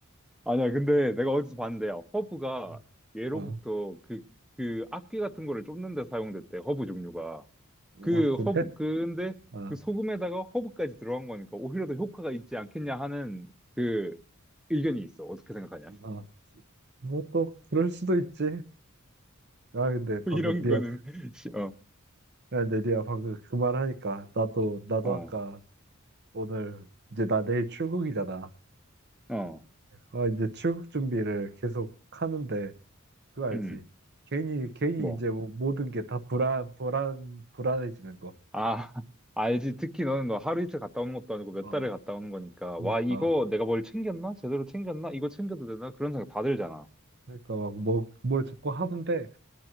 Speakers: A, in the centre; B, on the right.
A: 아니야, 근데 내가 어디서 봤는데, 야, 허브가
B: 어,
A: 예로부터
B: 어
A: 그, 그 악기 같은 거를 쫓는 데 사용됐대, 허브 종류가.
B: 어,
A: 그
B: 그래?
A: 허브, 그, 근데
B: 어,
A: 그 소금에다가 허브까지 들어간 거니까 오히려 더 효과가 있지 않겠냐 하는 그 의견이 있어. 어떻게 생각하냐?
B: 어. 뭐또 그럴 수도 있지. 아 근데
A: <laughs>
B: 방금
A: 이런
B: 미야
A: 거는, 씨, 어,
B: 야 근데 리야 방금 그 말 하니까 나도 나도
A: 어,
B: 아까 오늘 이제 나 내일 출국이잖아.
A: 어,
B: 아 이제 출국 준비를 계속 하는데 그거 알지?
A: 음,
B: 괜히 괜히
A: 뭐.
B: 이제 뭐 모든 게 다 불안 불안 불안해지는 거.
A: 아, <laughs> 알지. 특히 너는 너 하루 이틀 갔다 오는 것도 아니고 몇
B: 어.
A: 달을 갔다 오는 거니까.
B: 그러니까.
A: 와, 이거 내가 뭘 챙겼나? 제대로 챙겼나? 이거 챙겨도 되나? 그런 생각 다 들잖아.
B: 그러니까 막 뭐, 뭘 자꾸 하는데